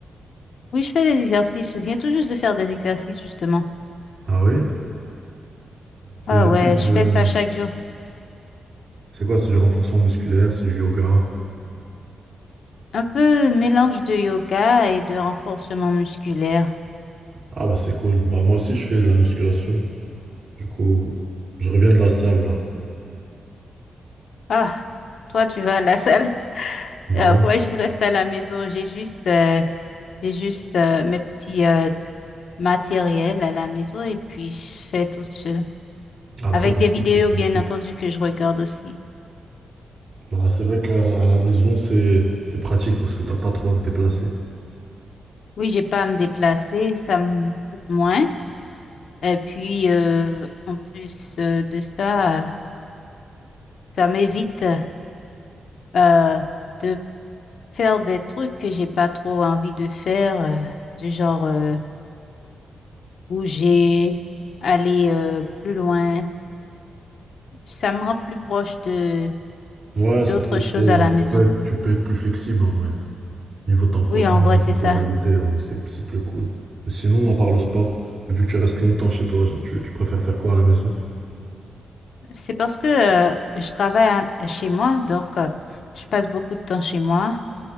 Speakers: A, on the left; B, on the right.
A: Oui, je fais des exercices. Je viens tout juste de faire des exercices, justement.
B: Ah oui? C'est
A: Ah
B: des exercices
A: ouais, je
B: de...
A: fais ça chaque jour.
B: C'est quoi? C'est du renforcement musculaire, c'est du yoga.
A: Un peu mélange de yoga et de renforcement musculaire.
B: Ah bah c'est cool. Bah moi aussi je fais de la musculation. Du coup, je reviens de la salle là.
A: Ah, toi, tu vas à la salle. <laughs>
B: Bah
A: Euh,
B: oui.
A: moi, je reste à la maison. J'ai juste, euh, j'ai juste euh, mes petits euh, matériels à la maison et puis je fais tout seul.
B: Après,
A: Avec
B: c'est
A: des
B: sûr
A: vidéos,
B: que c'est pratique.
A: bien entendu, que je regarde aussi.
B: Bah, c'est vrai qu'à à la maison, c'est c'est pratique parce que t'as pas trop à te déplacer.
A: Oui, j'ai pas à me déplacer, ça me coûte moins. Et puis, euh, en plus euh, de ça, euh, ça m'évite euh, de faire des trucs que j'ai pas trop envie de faire, euh, du genre euh, bouger, aller euh, plus loin. Ça me rend plus proche de
B: Ouais,
A: d'autres
B: c'est plus,
A: choses
B: euh,
A: à la maison.
B: tu peux être, tu peux être plus flexible en vrai. Niveau tempor-
A: Oui, en
B: niveau
A: vrai,
B: temporalité,
A: c'est ça.
B: ouais, c'est c'est plus cool. Mais sinon, à part le sport, vu que tu restes longtemps chez toi, genre, tu, tu préfères faire quoi à la maison?
A: C'est parce que euh, je travaille à- chez moi, donc euh, je passe beaucoup de temps chez moi.